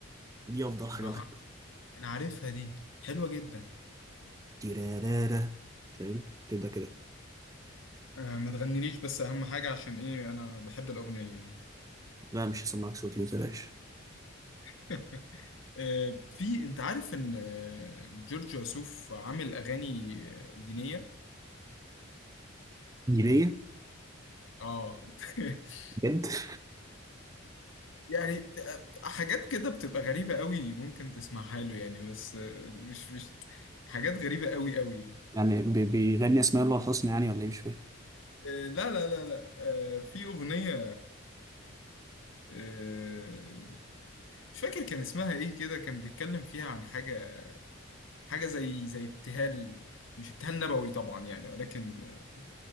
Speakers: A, on the right; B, on the left.
A: دي افضل حاجه
B: اها
A: بحبها
B: انا عارفها دي حلوه جدا
A: تيرارارا فاهم تبدا كده
B: آه، ما تغنيليش بس اهم حاجه عشان ايه انا بحب الاغنيه يعني
A: لا مش هسمعك صوتي ما تقلقش
B: <laughs> آه، في انت عارف ان آه، جورج وسوف عامل اغاني آه، دينيه
A: دينيه
B: اه <laughs>
A: بجد <laughs>
B: يعني ده- حاجات كده بتبقى غريبة قوي ممكن تسمعها له يعني بس آه، مش مش حاجات غريبة قوي قوي
A: يعني بي- بيغني اسماء الله الحسنى يعني ولا ايه مش فاهم
B: آه، لا لا لا لا آه، في أغنية آه، مش فاكر كان اسمها ايه كده كان بيتكلم فيها عن حاجة حاجة زي زي ابتهال مش ابتهال نبوي طبعا يعني ولكن آه،